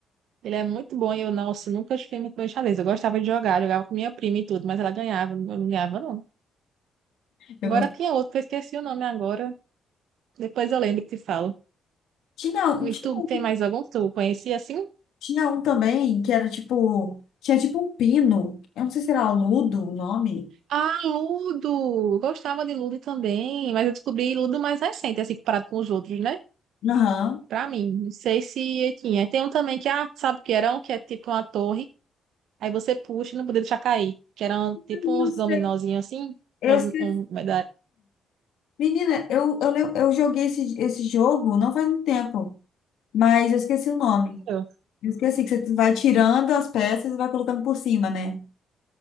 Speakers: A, on the right; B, on the left.
A: Ele é muito bom e eu, nossa, nunca fiquei muito bom em xadrez. Eu gostava de jogar, jogava com minha prima e tudo, mas ela ganhava, eu não ganhava, não.
B: eu
A: Agora
B: gosto.
A: tinha outro, que eu esqueci o nome agora. Depois eu lembro e te falo.
B: Tinha, um-
A: E
B: tinha,
A: tu
B: um
A: tem
B: que-
A: mais algum que tu conhecia assim?
B: tinha um também que era tipo. Tinha tipo um pino. Eu não sei se era aludo o nome.
A: Ah, Ludo! Eu Gostava de Ludo também, mas eu descobri Ludo mais recente, assim, comparado com os outros, né?
B: Aham.
A: Pra mim, não sei se tinha. Tem um também que, ah, sabe o que era? Um que é tipo uma torre Aí você puxa e não podia deixar cair. Que eram tipo
B: Ai,
A: uns
B: Eu sei.
A: dominozinhos assim.
B: Eu
A: Umas,
B: esqueci.
A: um, da
B: Menina, eu, eu, lem- eu joguei esse, esse jogo não faz muito tempo, mas eu esqueci o nome.
A: Sério?
B: Eu esqueci que você vai tirando as peças e vai colocando por cima, né?